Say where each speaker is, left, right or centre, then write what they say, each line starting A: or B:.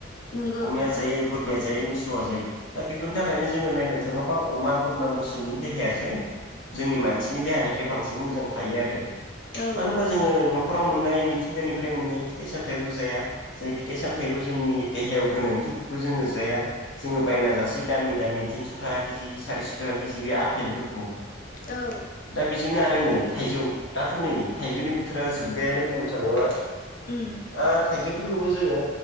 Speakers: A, on the left (about 45°); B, on the left (about 70°).
A: नंगौ
B: अमाया
A: नोंथां
B: जायो बोरमया जायो मो सौया जायो। दा बेफोरनि थाखायनो जोङो नायनो थाङोबा अमा बोरमा मोसौनि देहायासो जोंनि बांसिननि देहानिफ्राय बां मोजां थायो आरो
A: औ
B: मानो होमबा जोङो नखराव मोननाय मि थिंगानिफ्राय मोननाय फिथाइ सामथाइखौ जाया। जाय फिथाइ सामथायाइखौ जोंनि देहायाव गोनांथि बेखौ जोङो जा या। जोङो बायना जाासै दामि दामि थिनस' थाखा केजि सारिस' थाखा केजि बे आफेलफोरखौ
A: औ
B: दा बेजोंनो आरो नै थाइजौ दाथ' नै थाइजौनि बोथोरा जोब्बायानो बुं नो थाङोबा आ
A: उम
B: थाइजौ फोरखौबो जोङो